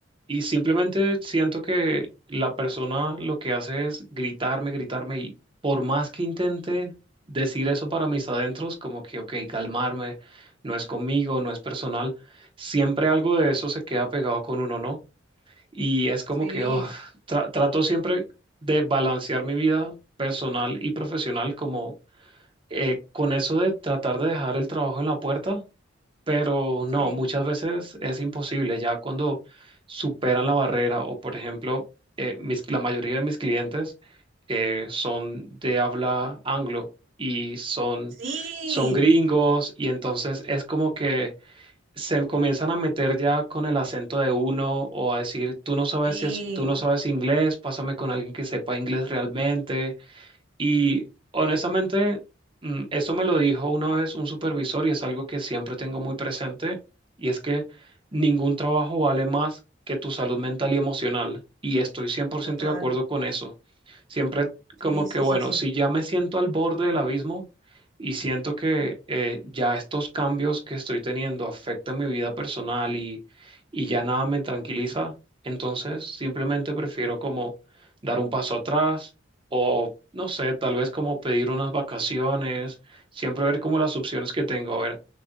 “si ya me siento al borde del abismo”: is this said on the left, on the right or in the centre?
Right